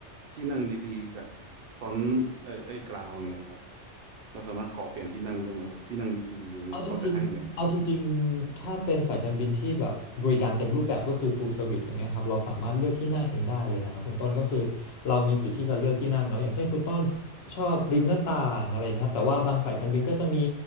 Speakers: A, on the right (about 60°); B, on the left (about 65°).
A: ที่นั่งดีๆจากฟรอนต์ไอ้ไอ้กราวอย่างเงี้ยครับเราสามารถขอเปลี่ยนที่นั่งได้ไหมแบบที่นั่งดีๆอย่างเงี้ยเขาจะให้ไหม
B: เอาจริงๆเอาจริงๆถ้าเป็นสายการบินที่แบบบริการเต็มรูปแบบก็คือ full service อย่างเงี้ยครับเราสามารถเลือกที่นั่งเองได้เลยนะครับคุณต้นก็คือเรามีสิทธิ์ที่จะเลือกที่นั่งเนาะอย่างเช่นคุณต้นชอบริมหน้าต่างอะไรเงี้ยครับแต่ว่าบางสายการบินก็จะมี